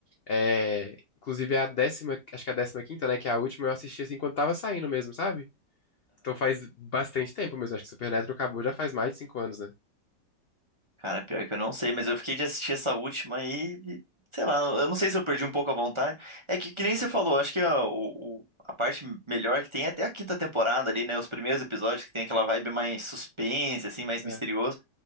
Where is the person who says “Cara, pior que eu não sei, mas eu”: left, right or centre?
Right